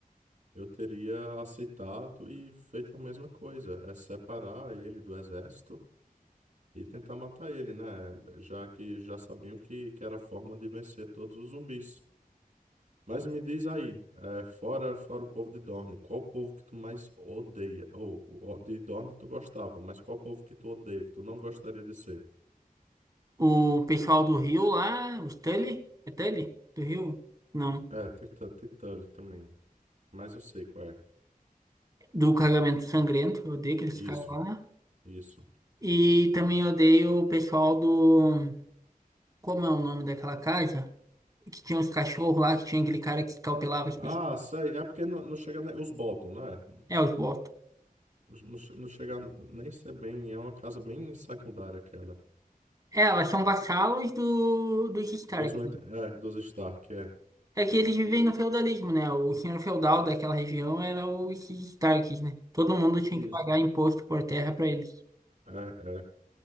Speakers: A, on the right; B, on the right.
A: eu teria aceitado e feito a mesma coisa. É separar ele do exército e tentar matar ele, né? Já que já sabiam que, que era a forma de vencer todos os zumbis. Mas me diz aí, é, fora fora o povo de Dorne, qual o povo que tu mais odeia? Ou o- o- de Dorne tu gostava, mas qual o povo que tu odeia, que tu não gostaria de ser?
B: O pessoal do Rio lá, o Tully, é Tully? Do Rio? Não.
A: É, tem, Tu- tem Tully também, mas eu sei qual é.
B: Do carregamento Sangrento, eu odeio aqueles
A: Isso,
B: caras lá.
A: isso.
B: E também odeio o pessoal do. Como é o nome daquela casa? Que tinha os cachorros lá, que tinha aquele cara que escalpelava as pessoas.
A: Ah, sei, é porque não, não chega nem... Os Bolton, né?
B: É, os Bolton.
A: Não, não che- não chega nem ser bem, é uma casa bem secundária aquela.
B: É, elas são vassalos do, dos Stark,
A: Dos, Winter-
B: né?
A: é, dos Stark, é.
B: É que eles vivem
A: I-
B: no feudalismo, né? O senhor feudal daquela região era os Starks, né? Todo mundo tinha
A: Isso.
B: que pagar imposto por terra pra eles.
A: É, é.